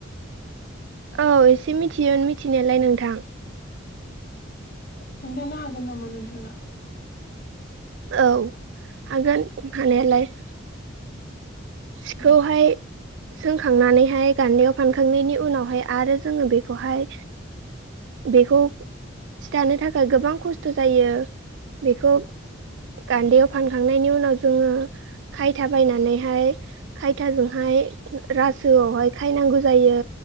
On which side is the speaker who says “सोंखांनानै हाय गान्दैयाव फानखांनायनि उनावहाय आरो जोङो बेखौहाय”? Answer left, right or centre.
Right